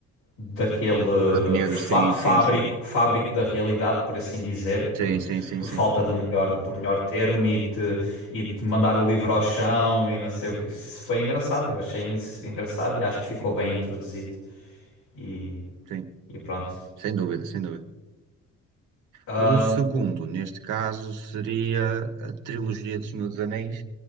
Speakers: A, on the left (about 85°); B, on the right (about 85°).
A: daquele
B: Do buraco negro,
A: eh, fa-
B: sim,
A: fábrico,
B: sim, sim.
A: fábrico da realidade, por assim dizer,
B: Sim,
A: por,
B: sim, sim,
A: por
B: sim.
A: falta do melhor, do melhor termo e de, e de mandar o livro ao chão e não sei o que. Isso foi engraçado, eu achei isso engraçado e acho que ficou bem introduzido e,
B: Sim,
A: e pronto.
B: sem dúvida, sem dúvida.
A: Ahm,
B: O segundo, neste caso, seria a trilogia do Senhor dos Anéis.